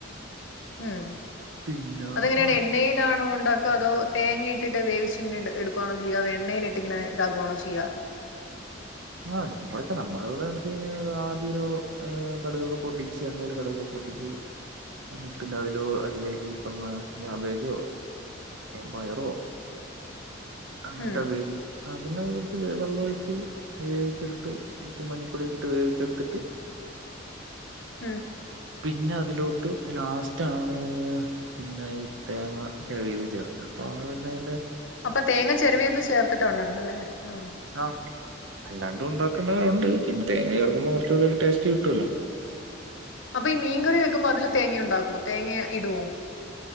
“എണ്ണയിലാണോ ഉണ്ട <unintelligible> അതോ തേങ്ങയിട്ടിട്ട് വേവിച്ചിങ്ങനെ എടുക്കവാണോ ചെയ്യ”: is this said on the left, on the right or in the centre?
Left